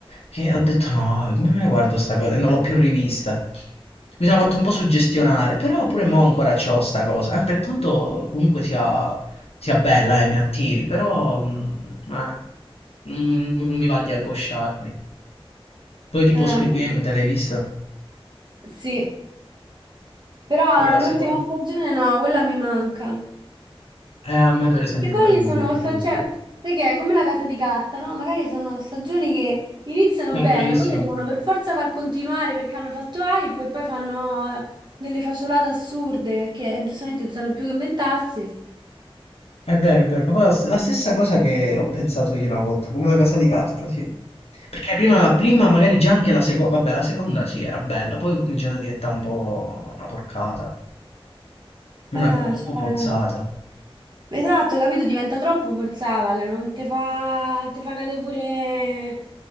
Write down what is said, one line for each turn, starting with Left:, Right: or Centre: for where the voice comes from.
Left: che ho detto no, come me la guardo sta cosa? E non l'ho più rivista. Mi sono fatto un po' suggestionare, però pure mo ancora c'ho sta cosa, eh, per quanto comunque sia, sia bella e mi attiri, però mh, eh, mh, non mi va di angosciarmi. Poi tipo
Right: Ehm,
Left: Squid Game te l'hai vista?
Right: sì, però
Left: Pure la
Right: l'ultima
Left: seconda?
Right: stagione no, quella mi manca.
Left: Eh, a me per esempio
Right: Perché poi
Left: quella non
Right: sono,
Left: mi è piaciuta.
Right: sta- cioè, sai che è come la casa di carta, no? Magari sono stagioni che iniziano
Left: È
Right: bene,
Left: bravissimo.
Right: poi le devono per forza far continuare perché hanno fatto hype e poi fanno delle facciolate assurde perché eh, giustamente non sanno più che inventarsi.
Left: È vero, è vero, proprio la, st- la stessa cosa che ho pensato io una volta, come la casa di carta, sì. Perché prima, la prima magari già anche la seconda, vabbè, la seconda sì, era bella, poi è cominciata a diventare un po' una porcata,
Right: Eh,
Left: una cosa troppo
Right: cioè,
Left: forzata.
Right: esatto, capito? Diventa troppo forzata che non ti fa, te fa cadere pure